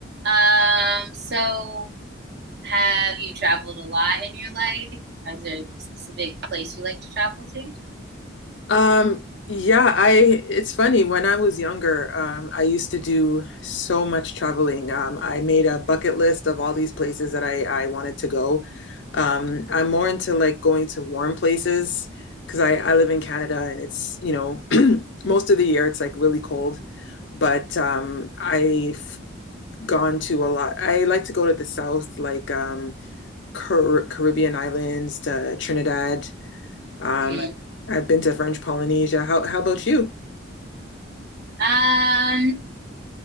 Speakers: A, on the right; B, on the left.
A: Um, so have you traveled a lot in your life? Is there a specific place you like to travel to?
B: Um, yeah, I it's funny. When I was younger, um, I used to do so much traveling. Um, I made a bucket list of all these places that I I wanted to go. Um, I'm more into like going to warm places because I I live in Canada and it's, you know, <clears throat> most of the year it's like really cold, but um I've gone to a lot. I like to go to the south like um Car Caribbean islands to Trinidad. Um,
A: Mhm.
B: I've been to French Polynesia. How how about you?
A: Um,